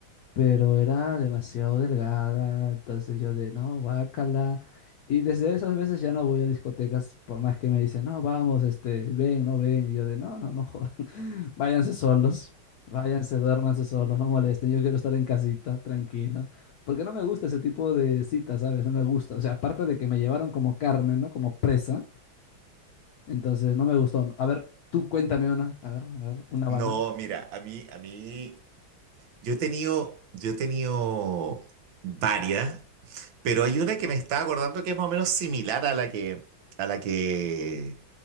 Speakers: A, on the left; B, on the right.
A: pero era demasiado delgada, entonces yo de, no, guácala. Y desde esas veces ya no voy a discotecas, por más que me dicen, no, vamos, este, ven, no ven. Y yo de, no, no, no jodan, <laughs> váyanse solos, váyanse, duérmanse solos, no molesten, yo quiero estar en casita, tranquilo. Porque no me gusta ese tipo de citas, ¿sabes? No me gusta. O sea, aparte de que me llevaron como carne, ¿no? Como presa, entonces no me gustó. A ver, tú cuéntame una, a ver, a ver, una
B: No,
A: banda.
B: mira, a mí, a mí, yo he tenido, yo he tenido varias. Pero hay una que me estaba acordando que es más o menos similar a la que, a la que,